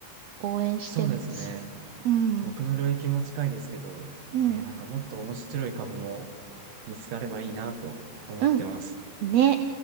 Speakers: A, on the right (about 80°); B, on the right (about 70°).
A: 応援してます。
B: そうですね。
A: うん、
B: 僕の領域も近いですけど、
A: うん、
B: えーなんかもっと面白い株も見つかればいいなと思ってます。
A: うん。ね。